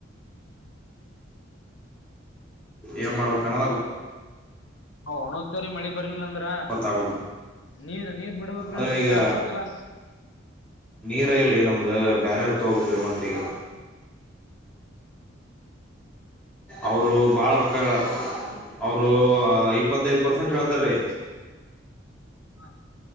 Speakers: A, on the left; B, in the centre.
A: ಹ್ಮ <inaudible>
B: ಏನ್ ಮಾಡ್ಬೇಕನ್ನದ ಗೋತ್ತಾಗವ್ಲದ.
A: ಹ ಒಣಗತಾವರಿ ಮಳಿ ಬರ್ ಬರಲಿಲಂದ್ರ
B: ಗೊತ್ತಾಗಲ್ರಿ
A: ನೀರ್, ನೀರ್ ಬಿಡ್ಬೇಕ್ರಲ್ರೀ
B: ಅದ್ರ
A: ನೀರ್
B: ಈಗ
A: ಆಸ್ಬೇಕಲ್ಲ.
B: ನೀರ ಇಲ್ಲಿರಿ ನಮ್ದು ಬ್ಯಾರರ್ದ ತೋಗಬೇಕ್ರಿ ಮತ್ತ ಈಗ.
A: ಹ್ಮ್ <inaudible>
B: ಅವರು ಬಾಳ ರೊಕ್ಕಹೇಳಾರಅವರು ಇಪ್ಪತ್ತು, ಹತ್ತೈದು <unintelligible> ಪರ್ಸೆಂಟ್ ಹೇಳ್ತಾರೀ
A: ಹ್ಮ,